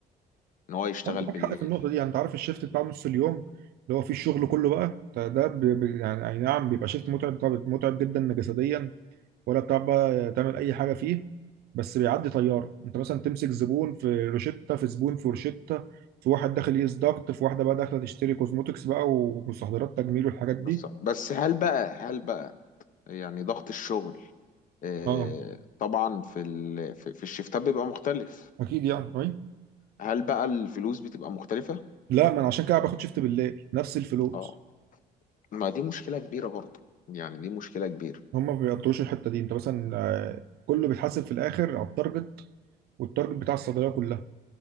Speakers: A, on the left; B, on the right.
A: إن هو يشتغل
B: انت
A: بالليل
B: معاك حق في النقطة دي يعني انت عارف الشيفت بتاع نص اليوم اللي هو فيه الشغل كله بقى ده ده ب- ب- يعني أي نعم بيبقى شيفت متعب طبعا متعب جدا جسديا ولا بتعرف بقى تعمل اي حاجة فيه بس بيعدي طيارة انت مثلا تمسك زبون في روشتة في زبون في روشتة في واحد داخل يقيس ضغط في واحده بقى داخله تشتري كوزموتكس بقى ومستحضرات تجميل والحاجات دي
A: بالظبط بس هل بقى هل بقى يعني ضغط الشغل آه،
B: اه
A: طبعا في ال... في في الشفتات بيبقى مختلف
B: اكيد يعني أي؟
A: هل بقى الفلوس بتبقى مختلفة؟
B: لا ما انا عشان كده باخد شيفت بالليل نفس الفلوس
A: اه ما دي مشكلة كبيرة برضه يعني دي مشكلة كبيرة
B: هم ما بيقدروش الحته دي انت مثلا آه، كله بيتحاسب في الاخر على التارجت والتارجت بتاع الصيدليه كلها